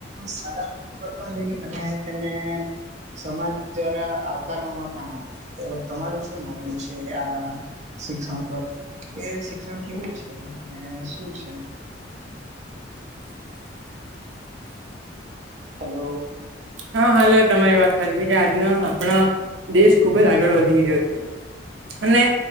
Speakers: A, on the right (about 40°); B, on the right (about 80°).
A: સારા <unintelligible> લઈ અને તેને સમાજ દ્વારા આવકારવામાં પણ આવે તો તમારું શું માનવું છે આ શિક્ષણ પર કે શિક્ષણ કેવું છે ને શું છે હેલો
B: હા હાલો તમારી વાત સાચી કે આજનો આપણા દેશ ખુબ જ આગળ વધી રહ્યો છે. અને